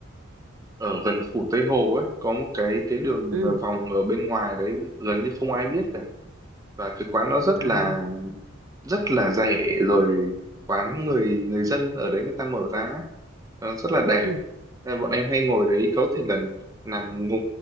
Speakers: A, on the right (about 15°); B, on the right (about 85°).
A: ở gần phủ Tây Hồ ấy có một cái cái đường
B: ừ
A: à, vòng ở bên ngoài đấy gần như không ai biết cả và cái quán nó rất
B: à,
A: là rất là rẻ rồi quán người người dân ở đấy người ta mở ra ấy. Ờ, rất là đẹp
B: ừ
A: Nên là bọn em hay ngồi đấy có thể là nằm ngủ